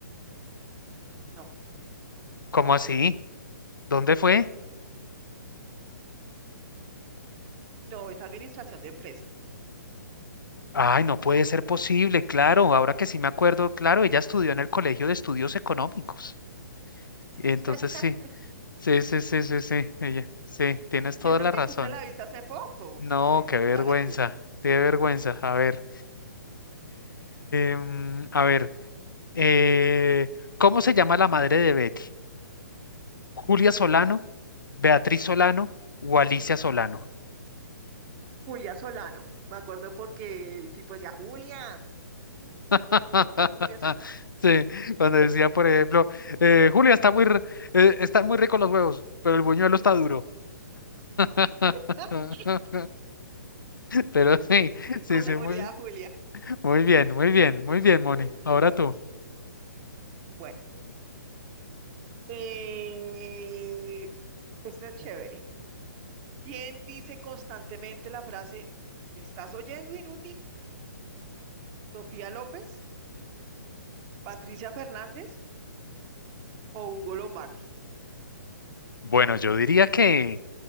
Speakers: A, on the right; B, on the left.
A: No,
B: ¿Cómo así? ¿Dónde fue?
A: no, es administración de empresas.
B: Ay, no puede ser posible, claro. Ahora que sí me acuerdo, claro, ella estudió en el Colegio de Estudios Económicos. Entonces
A: <laughs>
B: sí, sí, sí, sí, sí, sí, ella, sí, tienes
A: Y
B: toda
A: eso
B: la
A: que
B: razón.
A: tú te la viste hace poco.
B: No,
A: Bueno,
B: qué vergüenza,
A: dale tú.
B: qué vergüenza. A ver, em, a ver, eh, ¿cómo se llama la madre de Betty? ¿Julia
A: Mm.
B: Solano, Beatriz Solano o Alicia Solano?
A: Julia Solano. Me acuerdo porque el tipo decía, Julia,
B: <laughs>
A: Julia Solano.
B: Sí, cuando decía, por ejemplo, eh, Julia está muy, r- eh, está muy rico los huevos, pero el buñuelo está duro. <laughs>
A: <laughs>
B: Pero sí,
A: Sí,
B: sí,
A: con
B: sí,
A: seguridad,
B: muy,
A: Julia.
B: muy bien, muy bien, muy bien, Moni.
A: <laughs>
B: Ahora tú.
A: Bueno, eh, esta es chévere. ¿Quién dice constantemente la frase, ¿me estás oyendo, inútil? ¿Sofía López, Patricia Fernández o Hugo Lombardi?
B: Bueno, yo diría que